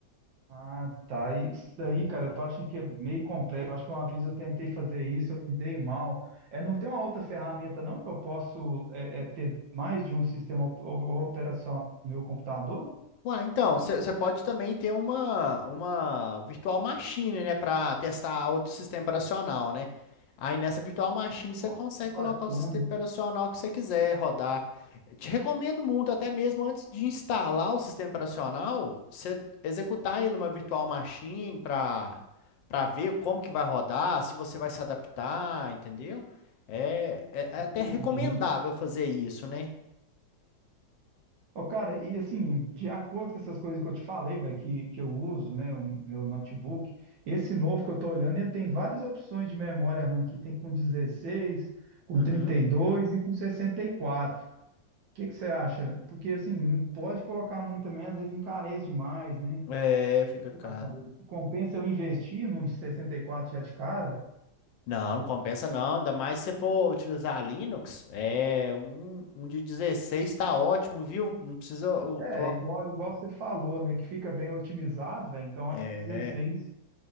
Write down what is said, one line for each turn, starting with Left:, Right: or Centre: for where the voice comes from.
Right: ah, tá. E isso daí, cara, eu tô achando que é meio complexo. Eu acho que uma vez eu tentei fazer isso, eu me dei mal. É, não tem uma outra ferramenta, não, que eu posso é, é, ter mais de um sistema op- operacional no meu computador?
Left: Ué, então, você pode também ter uma, uma virtual machine, né, para testar outro sistema operacional, né? Aí nessa virtual machine você
Right: Ó,
Left: consegue
Right: que bacana,
Left: colocar o sistema operacional que você quiser rodar. Eu Te recomendo muito, até mesmo antes de instalar o sistema operacional, você executar ele uma virtual machine para para ver como que vai rodar, se você vai se adaptar, entendeu? é é- é
Right: entendi.
Left: até recomendável fazer isso, né?
Right: Ô, cara, e assim, de acordo com essas coisas que eu te falei, velho, que, que eu uso, né, o meu notebook, esse novo que eu tô olhando, ele tem várias opções de memória RAM que tem com dezesseis com
Left: Uhum.
Right: trinta e dois e com sessenta e quatro O que que você acha? Porque assim, não pode colocar muito também, às vezes encarece demais, né? O
Left: É, fica
Right: que que você
Left: caro.
Right: acha, Fabrício? Compensa eu investir num de 64 já de cara?
Left: Não, não compensa não, ainda mais se você for utilizar Linux, é um, um de 16 tá ótimo, viu? Não precisa uh,
Right: É,
Left: colocar
Right: igual, igual você falou, né, que fica bem otimizado, velho, então
Left: É,
Right: acho que 16